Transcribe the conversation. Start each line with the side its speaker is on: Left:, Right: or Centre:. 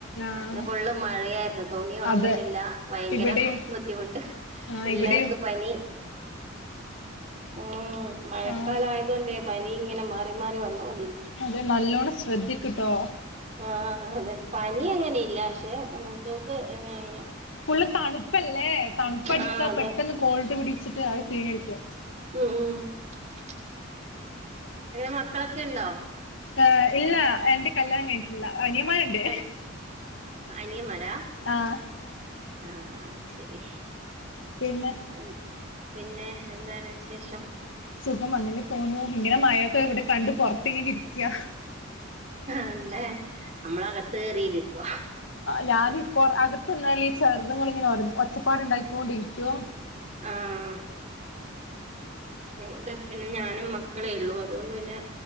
Left: ആഹ്
Right: ഇന്ന് ഫുള്ള് മഴയായിരുന്നു തുണി ഒണങ്ങുന്നില്ല
Left: അതെ
Right: ഭയങ്കര
Left: ഇവിടെയും
Right: ബുദ്ധിമുട്ട്
Left: ആഹ്
Right: പിള്ളേർക്ക്
Left: ഇവിടെ
Right: പനി മ് മഴക്കാലയ
Left: ആഹ്
Right: തുകൊണ്ട് പനി ങ്ങന മാറി മാറി വന്നൊണ്ടിരി
Left: അതെ നല്ലോണ്ണം ശ്രദ്ധിക്ക്ട്ടോ
Right: ആഹ് അതെ പനി അങ്ങനെയില്ല പക്ഷെ മൂത്തോക്ക് ങ്ങനെ
Left: ഫുള് തണുപ്പല്ലേ തണുപ്പടിച്ചാ
Right: ആഹ് അതെ
Left: പെട്ടന്ന് കോൾഡ് പിടിച്ചിട്ട് അത് പീ <unintelligible>
Right: ഉമ് <unintelligible> മക്കളൊക്കെ ണ്ടോ
Left: ആഹ് ല്ല എന്റെ കല്യാണം കഴിഞ്ഞിട്ടില്ല അനിയന്മാരുണ്ട്
Right: അനി അനിയന്മാരാ
Left: ആഹ്
Right: ആഹ് ശരി
Left: പിന്നെ
Right: <unintelligible> പിന്നെ എന്താണ് വിശേഷം
Left: സുഖം അങ്ങനെ പോവ്ന്നു ഇങ്ങനെ മഴൊക്കെ ഇവിടെ കണ്ട് പൊറത്തിങ്ങനെ ഇരിക്കയാ
Right: അന്നെ നമ്മളകത്ത് കേറീരിക്ക
Left: ലാനും പ്പൊ അകത്ത്ന്നാല് ഈ ചെർത്ങ്ങള് ഇങ്ങനെ ഒച്ചപ്പാട്ണ്ടായിക്കൊണ്ട രിക്കും
Right: ആഹ് ഇവിടെ പിന്നെ ഞാനും മക്കളേ ഉള്ളു അതുകൊണ്ട് പിന്നെ